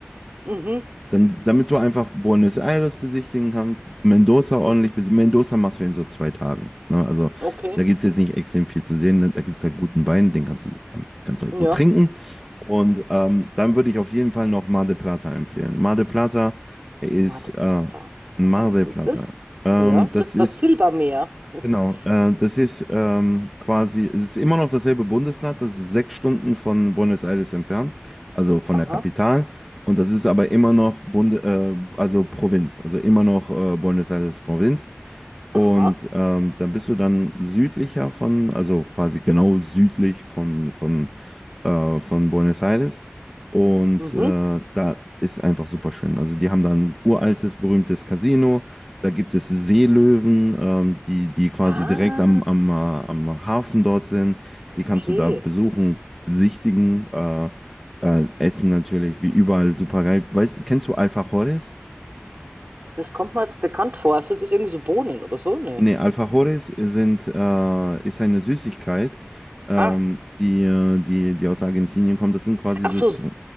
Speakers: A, on the right (about 40°); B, in the centre.
A: Mhm,
B: Dann, damit du einfach Buenos Aires besichtigen kannst, Mendoza ordentlich
A: mhm,
B: besichtigen. Mendoza machst du in so zwei Tagen. Ne? Also
A: okay.
B: da gibt es jetzt nicht extrem viel zu sehen. ne? Da gibt es halt guten Wein, den kannst du, dich- damit kannst du halt
A: Ja.
B: gut trinken. Und ähm, dann würde ich auf jeden Fall noch Mar del Plata empfehlen. Mar del Plata ist
A: Mar del Plata.
B: äh,
A: Aha,
B: Mar
A: was
B: del
A: ist
B: Plata.
A: das?
B: Ähm,
A: Ja,
B: das
A: das ist
B: ist
A: das Silbermeer. <laughs>
B: Genau, äh, das ist ähm, quasi, es ist immer noch dasselbe Bundesland, das ist sechs Stunden von Buenos Aires entfernt, also von
A: Aha,
B: der Kapital. Und das ist aber immer noch Bund, äh, also Provinz, also immer noch äh, Buenos Aires Provinz. Und
A: aha.
B: ähm, dann bist du dann südlicher von, also quasi genau südlich von, von, äh, von Buenos Aires. Und
A: Mhm.
B: äh, da ist einfach super schön. Also die haben da ein uraltes, berühmtes Casino. Da gibt es Seelöwen, ähm, die, die quasi
A: Ah,
B: direkt am, am, äh, am Hafen dort sind.
A: okay.
B: Die kannst du da besuchen, besichtigen, äh, äh, essen natürlich, wie überall super geil. Weißt, kennst du Alfajores?
A: Das kommt mir jetzt bekannt vor. Sind das irgendwie so Bohnen oder so? Nee.
B: Nee, Alfajores sind, äh, ist eine Süßigkeit, ähm,
A: Ah,
B: die, äh, die, die aus Argentinien kommt. Das sind quasi
A: ach
B: so
A: so,
B: zwei.